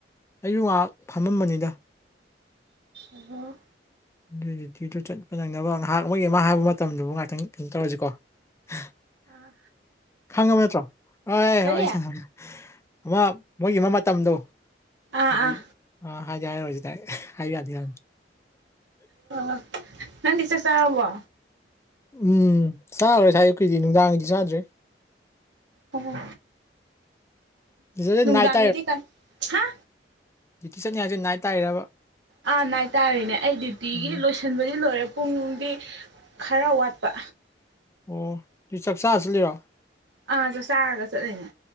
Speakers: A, on the left; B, on the right.
A: ꯑꯩꯁꯨ ꯉꯥꯏꯍꯥꯛ ꯐꯝꯃꯝꯕꯅꯤꯗ
B: ꯑꯗꯨꯒꯣ
A: ꯑꯗꯨꯗꯤꯗ ꯆꯠꯄ ꯅꯪꯅꯕ ꯉꯥꯏꯍꯥꯛ ꯑꯃꯒꯤ ꯑꯃ ꯍꯥꯏꯕ ꯃꯇꯝꯗꯨꯕꯨ ꯉꯥꯏꯥꯛꯇꯪ ꯀꯩꯅꯣ ꯇꯧꯔꯁꯤꯀꯣ <unintelligible>
B: ꯑꯥ
A: ꯈꯪꯉꯕ ꯅꯠꯇ꯭ꯔꯣ ꯑ
B: ꯀꯔꯤ
A: ꯋꯥꯔꯤ
B: ꯑꯥ
A: ꯁ ꯑꯃ ꯃꯣꯏꯒꯤ ꯑꯃ ꯃꯇꯝꯗꯣ
B: ꯑꯥ
A: ꯍꯥꯏꯗꯤ ꯍꯥꯏꯗꯤꯦ ꯍꯥꯏꯔꯨꯔꯁꯤꯗ ꯍꯥꯏꯕ ꯌꯥꯗꯦ
B: ꯑ ꯅꯪꯗꯤꯁ ꯆꯥ ꯍꯕꯣ
A: ꯎꯝ ꯆꯥꯔꯔꯣꯏ ꯁꯥꯏ ꯑꯩꯈꯣꯏꯗꯤ ꯅꯨꯡꯗꯥꯡꯒꯤꯗꯤ ꯆꯥꯗ꯭ꯔꯦ
B: ꯑꯣ
A: ꯁꯤꯁꯇꯔꯁꯦ
B: ꯅꯨꯡꯗꯥꯡꯒꯤꯗꯤ
A: ꯅꯥꯏꯠ
B: ꯀ ꯍꯥ
A: ꯗꯨꯇꯤ ꯆꯠꯅꯤꯡ ꯍꯥꯏꯁꯤ ꯅꯥꯏ ꯇꯥꯏꯔꯕ
B: ꯑꯥ ꯍꯥꯏꯇꯥꯔꯦꯅꯦ ꯑꯩ ꯗ꯭ꯌꯨꯇꯤꯒꯤ
A: ꯎꯝ
B: ꯂꯣꯏꯁꯤꯟꯕꯗꯤ ꯂꯣꯏꯔꯦ ꯄꯨꯡꯗꯤ ꯈꯔ ꯋꯥꯠꯄ
A: ꯑꯣ ꯑꯗꯨ ꯆꯥꯛ ꯆꯥꯔꯁꯤ ꯂꯩꯔꯣ
B: ꯑꯥ ꯆ ꯆꯥꯔꯒ ꯆꯠꯂꯤꯅꯦ